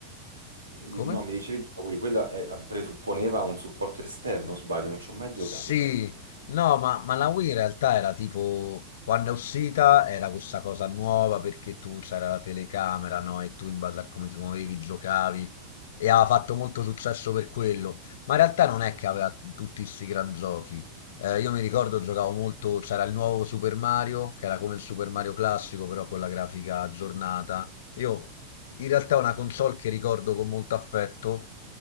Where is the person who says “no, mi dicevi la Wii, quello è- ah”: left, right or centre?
Right